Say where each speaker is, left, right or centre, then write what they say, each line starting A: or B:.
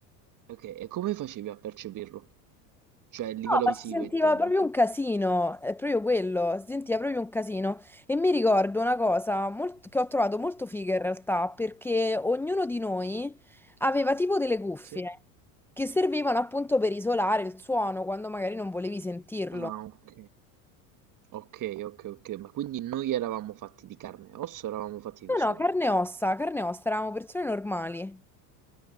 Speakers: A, on the right; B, in the centre.
A: Ok, e come facevi a percepirlo? Cioè, a livello
B: No, ma
A: visivo
B: si sentiva
A: intendo.
B: proprio un casino, è proprio quello, si sentiva proprio un casino. E mi ricordo una cosa molt- che ho trovato molto figa in realtà, perché ognuno di noi aveva tipo delle cuffie
A: Sì?
B: che servivano appunto per isolare il suono quando magari non volevi sentirlo.
A: Ah, ok. Ok, ok, ok, ma quindi noi eravamo fatti di carne e osso, eravamo fatti
B: No,
A: di suono.
B: no, carne e ossa, carne e ossa, eravamo persone normali.